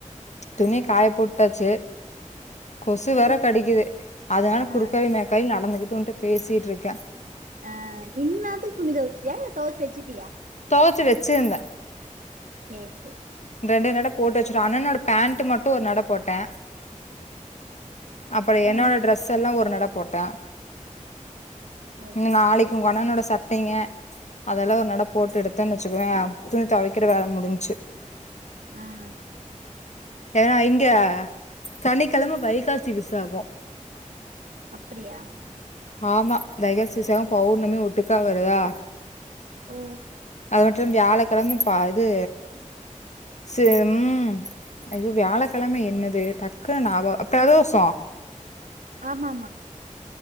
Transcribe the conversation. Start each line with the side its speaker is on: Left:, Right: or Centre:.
Left: துணி காய போட்டாச்சு கொசு வேற
Right: இ
Left: கடிக்குது. அதனால குறுக்காலயு
Right: ஆ
Left: மேக்காலயு நடந்துகிட்டு உண்ட பேசிட்டுருக்க
Right: ஆஹ் இன்நேரத்துக்கு துணி தொவச்சியா இல்ல தொவச்சு வச்சிட்டியா
Left: தொவச்சு வச்சிருந்த
Right: சேரி சேரி
Left: ரெண்டு நட போட்டு வச்சுருவ அண்ணனோட பேண்ட் மட்டு ஒரு நட போட்ட அப்பற
Right: ஆ
Left: என்னோட ட்ரெஸ் எல்லா ஒரு நட போட்ட
Right: ஓகே
Left: ம் நாளைக்கு உங்க அண்ணனோட சட்டைங்க அதெல்லா ஒரு நட போட்டு எடுத்தன்னு வச்சுக்கோய துணி தொவைக்கற வேல முடிஞ்ச்சு
Right: ம்ம்
Left: ஏன்னா இங்க சனிக்கெழம வைகாசி விசாக
Right: அப்டியா
Left: ஆமா! வைகாசி விசாக பௌர்ணமியு ஒட்டுக்கா வருதா
Right: ஓ
Left: அது மட்டும் வியாழக்கெழம பா இது ச உம் ஐயோ வியாழக்கெழம என்னது டக்குன்னு ஞாபக பிரதோஷ
Right: ஆமாமா